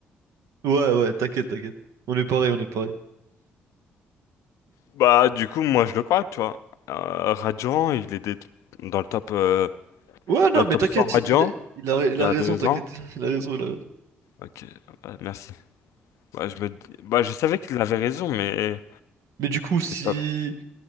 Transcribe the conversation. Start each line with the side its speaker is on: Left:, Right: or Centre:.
Right: Ouais, ouais, t'inquiète, t'inquiète. On est pareil, on est pareil.
Left: Bah du coup moi je le crois, tu vois. Euh, radiant, il était dans le top euh,
Right: Ouais, non,
Left: dans le
Right: mais
Left: top
Right: t'inquiète,
Left: 100 radiant
Right: il, il a, il
Left: il
Right: a
Left: y a
Right: raison,
Left: deux
Right: t'inquiète.
Left: ans.
Right: Il a raison, il a raison.
Left: Ok, bah, merci. Bah je me dis- bah je savais qu'il avait raison, mais
Right: Mais du coup, si.
Left: c'est pas.